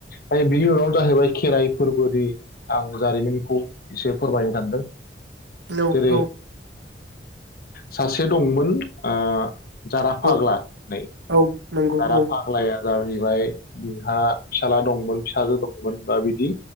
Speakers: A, on the left; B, on the right.
A: आरो बि <unintelligible> खेराइ फोरबोनि आं जारिमिनखौ एसे फोरमायनो सानदों
B: औ
A: जेरै
B: औ
A: सासे दंमोन आ जारा फाग्ला
B: औ
A: नै
B: औ नंगौ
A: जारा
B: औ
A: फाग्लाया जाहैबाय बिहा फिसाला दंमोन फिसाजो दंमोन बा बिदि